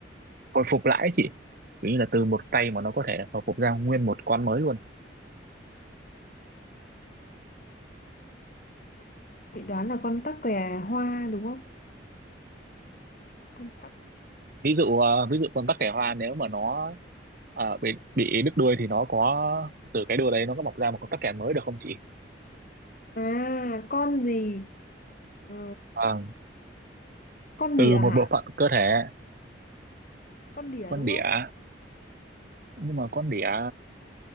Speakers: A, on the right (about 50°); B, on the left (about 45°).
A: hồi phục lại ấy chị kiểu như là từ một cây mà nó có thể hồi phục ra nguyên một con mới luôn
B: chị đoán là con tắc kè hoa đúng không? Con tắc.
A: ví dụ ờ, ví dụ con tắc kè hoa nếu mà nó ờ, bị bị đứt đuôi thì nó có từ cái đuôi đấy nó có mọc ra một con tắc kè mới được không chị
B: À, con gì? Ờ,
A: Vâng,
B: con đỉa
A: từ một
B: hả?
A: bộ phận cơ thể
B: Con đỉa
A: con
B: đúng
A: đỉa
B: không?
A: nhưng mà con đỉa